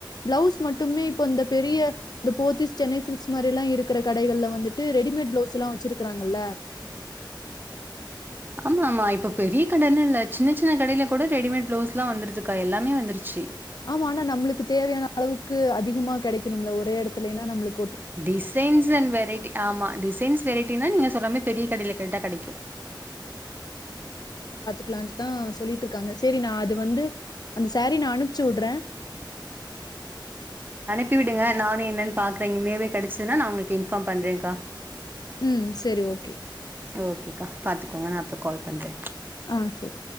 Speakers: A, on the left; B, on the right.
A: பிளவுஸ் மட்டுமே இப்ப பெரிய இந்த போத்திஸ் சென்னைசில்க்ஸ் இருக்கிற கடகள்ல வந்து வந்துட்டு ரெடிமேட் பிளவுஸ்ல்லா வச்சிருக்கறாங்கல்ல
B: ஆமா ஆமா இப்போ பெரிய கடன்னு இல்ல சின்ன சின்ன கடயில கூட ரெடிமேட் ப்ளவுஸ் எல்லாம் வந்தருதுக்கா எல்லாமே வந்துருச்சு
A: ஆமா ஆனா நம்மளுக்கு தேவையான அளவுக்கு அதிகமா கெடைக்கணும்ல ஒரே எடத்துலயின்னா நம்மளுக்
B: டிசைன்ஸ் அண்ட் வெரைட்டி ஆமா டிசைன்ஸ் வெரைட்டினா நீங்க சொல்றா மாரி பெரிய கடையில கேட்டா கெடைக்கு
A: க்லாஞ் தான் சொல்லிட்ருக்காங்க செரி நான் அது வந்து அந்த சாரீ நான் அனுப்ச்சு விட்றே
B: ப்பிவிடுங்க நானும் என்னன்னு பாக்குறே உண்மையாவே கெடைச்சதுன்னா நான் உங்களுக்கு இன்ஃபார்ம் பண்றேன்க்கா
A: ம் சரி ஓகே
B: ஓகேக்கா பாத்துக்கோங்க நான் அப்ற கால் பண்றே
A: ஆஹ் செர்